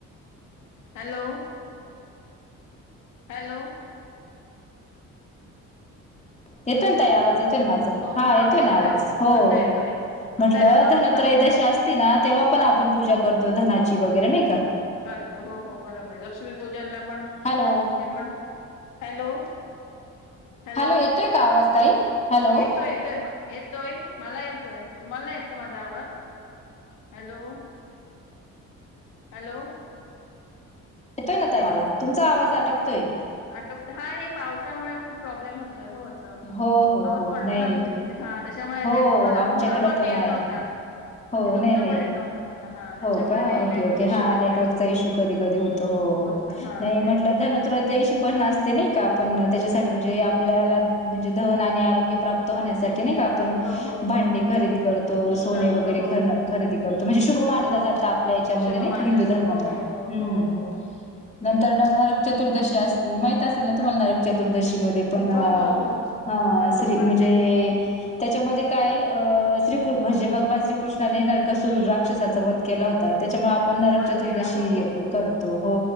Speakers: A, on the left (about 80°); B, on the left (about 25°).
A: हॅलो हॅलो
B: येतोय ताई आवाज
A: हॅलो
B: येतोय माझ
A: हो
B: हा येतोय
A: येतो
B: आवाज
A: येतो
B: हो
A: आता येतोय
B: म्हटलं
A: आता येतो मगाशी
B: धनोत्रयदशी
A: नव्हता
B: असती ना तेव्हा पण आपण पूजा करतो धनाची वगैरे नाही का
A: करत हो हो बरोबर लक्ष्मीपूजनला पण
B: हॅलो
A: म्हणजे पण हॅलो हॅलो
B: येतोय का आवाज ताई हॅलो
A: येतो येतोय म येतोय मला येतोय तुम्हाला ना येत का माझा आवाज हॅलो हॅलो
B: येतोय ना त मला तुमचा आवाज अटकतोय
A: आता हा हे पावसामुळे खूप प्रॉब्लेम होत हो असं
B: हो हो
A: पाऊस
B: हो
A: पडतो
B: नाही
A: ना आमच्या म्हणजे हा त्याच्यामुळे
B: हो
A: नेटवर्क म
B: आमच्याकडे
A: तुमचा पण मात येत
B: आहे
A: नव्हता
B: हो
A: म तुमचं
B: नाही नाही
A: पण येत नव्हतं मला हा त्याच्यामुळे
B: हो का
A: ते
B: ओके
A: नेटवर्क
B: ओके
A: इश्यू
B: हा
A: होतोय
B: नेटवर्कचा इश्यू कधी कधी होतो हो
A: होत हा
B: नाही
A: तेच
B: म्हटलं धनत्रयोदशी पण असते नाही का आपण त्याच्यासाठी म्हणजे
A: असते हो
B: आपल्याला म्हणजे धन आणि आरोग्य प्राप्त होण्या नाही
A: त्यासाठी
B: का आपण
A: हो हो
B: भांडी
A: हो
B: खरेदी करतो सोने
A: करतो
B: वगैरे
A: हो
B: खरेदी करतो म्हणजेुभन
A: हो
B: जात
A: हो
B: आपल्या याच्यामध्ये
A: शुभ
B: नाही
A: मानलं
B: हिंदू
A: जातं
B: धर्म
A: हो
B: म्हण
A: हो हो
B: ह्
A: हो हो तेच
B: नंतर नरक चतुर्दशी असती माहित असेल ना तुम्हाला
A: असते
B: नरक चतुर्दशी म पण
A: हो हो हो
B: हा
A: करतो
B: श्री
A: पण
B: म्हणजे
A: तेच
B: त्याच्यामध्ये काय अ श्रीकृ म्हजे भगवान श्रीकृष्णाने
A: हम्म
B: नरकसूर राक्षसाचा वध केला होताात त्याच्यामुळे आपण नरक
A: वध
B: चतुर्दशी
A: केला हो हो
B: करतो हो